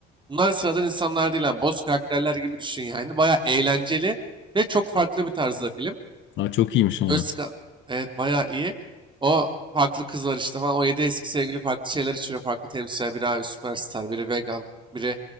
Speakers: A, on the right; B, on the left.
A: Bunlar sıradan insanlar değil. Boz karakterler gibi düşün yani. Baya eğlenceli ve çok farklı bir tarzda film.
B: Aa, çok iyiymiş ha.
A: Özkan. Evet bayağı iyi. O farklı kız var işte falan. O yedi eski sevgili farklı şeyler içiriyor. Farklı temsilciler. Biri abi süperstar, biri vegan, biri